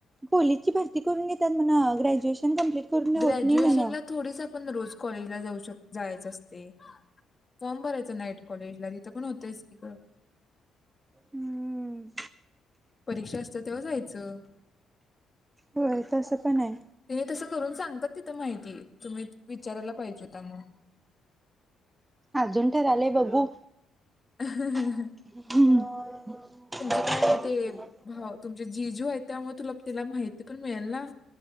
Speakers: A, on the right (about 15°); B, on the left (about 30°).
A: पोलीसची भरती करून घेतात म्ह ग्रॅज्युएशन कंप्लीट करून
B: ग्रॅज्युएशनला
A: होत नाही म्हण
B: थोडीच आपण रोज कॉलेजला जाऊ शकतो जायचं असते फॉर्म भरायचं नाईट कॉलेजला तिथं पण होतयच की ग
A: हम्म
B: परीक्षा असत तेव्हा जायचं
A: हम तसं पण आहे
B: त्यांनी तसं करून सांगतात तिथं माहिती तुम्ही विचारायला पाहिजे होता मग
A: अजून ठरालय बघू
B: ह ह
A: हम्म
B: ह काय मग ते भाव तुमचे जीजू आहेत त्यामुळे तुला तिला माहिती पण मिळेल ना